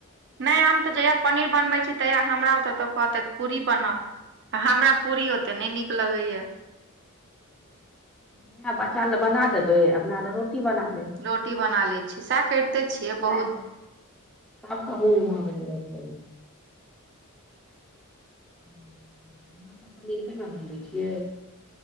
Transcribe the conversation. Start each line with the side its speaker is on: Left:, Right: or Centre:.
Right: नहि हम तऽ जहिया पनीर बनबै छी तहिया हमरा ओ त कहते पूरी बनाउ आ हमरा पूरी ओते नहि नीक लगैया
Centre: वहाँ बच्चा ले बना देबै अपना ले रोटी बना लेब
Right: रोटी बना लै छी सएह करिते छियै
Centre: सएह
Right: बहुत
Centre: सभके मन भऽ गेलै रामे अहाँ तऽ पनीर केना बनबै छियै